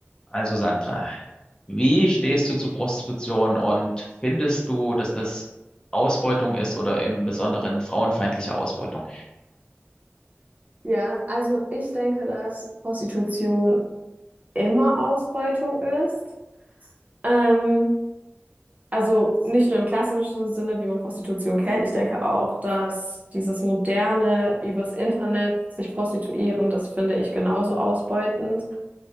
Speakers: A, on the left; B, on the right.
A: Also Sandra, wie stehst du zu Prostitution und findest du, dass das Ausbeutung ist oder im Besonderen frauenfeindliche Ausbeutung?
B: Ja, also ich denke, dass Prostitution immer Ausbeutung ist. Ähm, also nicht nur im klassischen Sinne, wie man Prostitution kennt. Ich denke auch, dass dieses moderne, übers Internet sich prostituieren, das finde ich genauso ausbeutend.